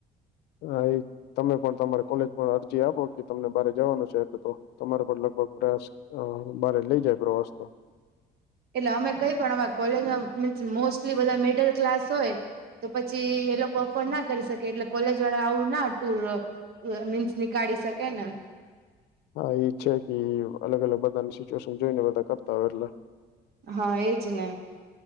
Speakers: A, on the left; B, on the right.
A: <unintelligible> તમે પણ તમારે કોલેજ પણ અરજી આપો કે તમને બારેજવાનું છે એટલે તો તમારે પણ લગભગ પ્રયાસ હ મારે લઇ જાય પ્રવાસ તો
B: એટલે અમે કઈ પણ અમાર કોલેજમાં મીન્સ મોસ્ટલી બધા મિડલ ક્લાસ હોય તો પછી એ લોકો અફોર્ડ ના કરી શકે એટલે કોલેજ વાળા આવડું ના ટુર મીન્સ નીકાળી શકે ને
A: હા એ જ છે કે અલગ અલગ બધાની સિચ્યુએશન જોઈને બધા કરતા હોય એટલે
B: હા એજ ને